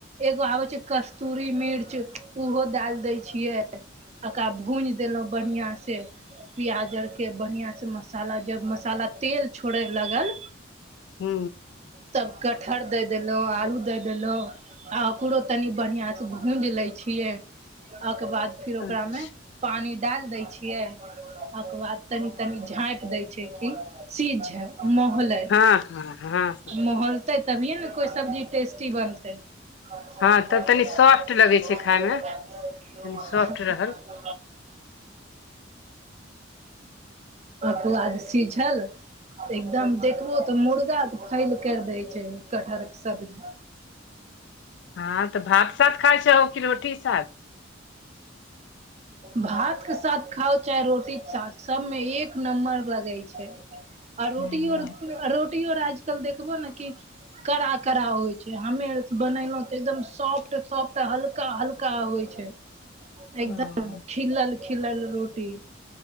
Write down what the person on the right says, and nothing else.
एगो आबे छै कस्तूरी मिर्च ओहो डाल दय छियै ओकरा भूज देलहुँ बढ़िआँसँ प्याज आरके बढ़ियाँसँ मसाला जब मसाला तेल छोड़य लागल
तब कटहर दऽ देलहुँ आलू दऽ देलहुँ आ ओकरो तनि बढ़िआँसँ भूजि लैत छियै ओहिकर बाद फेर
ओकरामे पानि डाल दै छियै ओकर बाद तनी तनी झाँप देै छै कि सीझे मोहलै
महलतै तभिए ने कोइ सब्जी टेस्टी बनतै कल
मरब
लाग
शरो
मरब
लाग
म
<inaudible> ह्म
<inaudible> काद सीझ एकदम देखबो तऽ मर् <inaudible> फैल कर देय छै कटहर के सब्जी
भात के साथ खाउ चाहे रोटी के साथ सब मे एक नम्बर लगे छै आ रोटियो
आर रोटिय आर आजकल देखबो ने कि कड़ा कड़ा होइ छै हमे आर बनेलहुँ तऽ एकदम सॉफ्ट सॉफ्ट हल्का हल्का होइ छै एकदम
खिलल खिलल रोटी